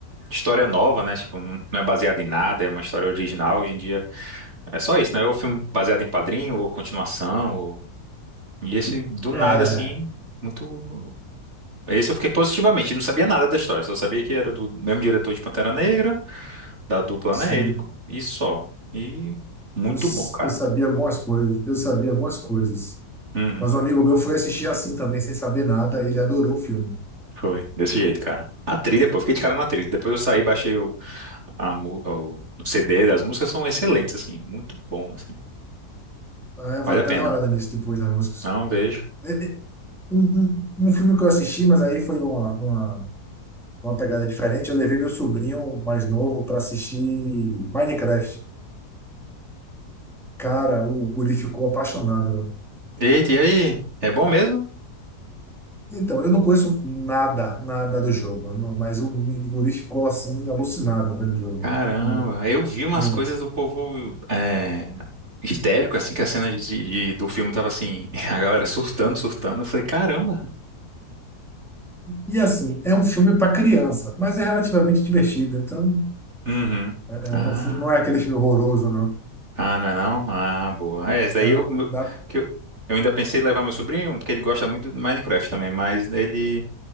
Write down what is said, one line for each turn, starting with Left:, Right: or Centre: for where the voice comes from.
Right: história nova, né? Tipo, não não é baseado em nada, é uma história original. Hoje em dia é só isso, né? Ou filme baseado em quadrinho, ou continuação, ou... E esse, do nada,
Centre: É,
Right: assim, muito... Esse eu fiquei positivamente, não sabia nada da história, só sabia que era do mesmo diretor de Pantera Negra, da dupla,
Centre: sim.
Right: né? Ele, e só. E muito
Centre: Eu, s-
Right: bom, cara.
Centre: eu sabia algumas coisas. Eu sabia algumas coisas.
Right: Uhum,
Centre: Mas um amigo meu foi assistir assim também, sem saber nada. Ele adorou o filme.
Right: foi, desse jeito, cara. A trilha, pô, eu fiquei de cara na trilha. Depois eu saí, baixei o a mu- o o CD das músicas são excelentes, assim, muito bom, assim,
Centre: É, vou
Right: vale
Centre: até
Right: a pena.
Centre: dar uma olhada nisso depois nas músicas.
Right: Não vejo.
Centre: É, é, Um, um- um filme que eu assisti, mas aí foi numa, numa, numa pegada diferente. Eu levei meu sobrinho mais novo para assistir Minecraft. Cara, o guri ficou apaixonado. né?
Right: Eita, e aí? É bom mesmo?
Centre: Então, eu não conheço nada, nada do jogo, não- mas o guri ficou assim, alucinado vendo o jogo,
Right: Caramba,
Centre: vendo,
Right: eu vi umas
Centre: vendo
Right: coisas do povo é, histérico, assim, que a cena de, de- do filme tava assim, <laughs> a galera surtando, surtando. Eu falei, caramba.
Centre: E assim, é um filme para criança, mas é relativamente divertido. Então,
Right: Uhum.
Centre: é, é,
Right: Ah,
Centre: não, fu- não é aquele filme horroroso, não.
Right: ah, não é não? Ah, boa. É, esse daí
Centre: Não,
Right: eu, meu-
Centre: dá.
Right: que eu, eu ainda pensei em levar meu sobrinho, porque ele gosta muito do Minecraft também, mas ele